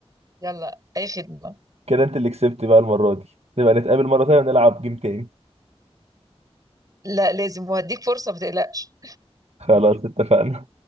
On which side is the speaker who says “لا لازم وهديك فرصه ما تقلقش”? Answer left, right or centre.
Right